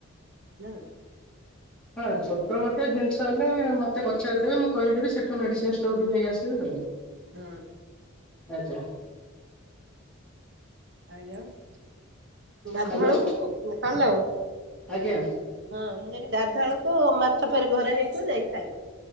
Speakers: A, on the right; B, in the centre.
A: ନା
B: ହଁ ଛୋଟ ମୋଟ ଜିନିଷ ହେଲେ ମତେ ପଚାରିଦେବେ ମୁଁ କହିଦେବି ସେଠୁ ମେଡିସିନ
A: ହୁଁ
B: ଷ୍ଟୋରରୁ ନେଇ ଆସିବେ ଆଉ
A: ହଁ
B: ଆଛା
A: ଆଇଲୋ ଗାଧୁଆଳକୁ
B: ହ୍ୟାଲୋ
A: ହାଲୋ
B: ଆଜ୍ଞା।
A: ହଁ ମୁଁ କଇନି ଗାଧୁଆଳକୁ ମାଛ ଫେରେ ଘରେ ହେଇଥିବ ଯାଇ ଖାଇବ।